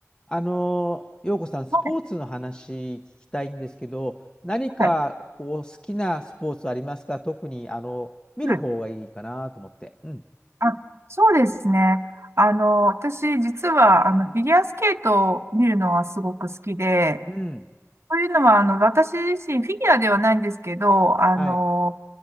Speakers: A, on the left; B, on the right.
A: あの、陽子さん、スポーツの話聞きたいんですけど、
B: はい
A: 何かこう好きなスポーツありますか特にあの見る方がいいかなと思って。
B: はいはい
A: うん。
B: あ、そうですね。あの、私、実は、あの、フィギュアスケートを見るのがすごく好きで、
A: うん。
B: というのは、あの、私自身、フィギュアではないんですけど、あの、
A: はい。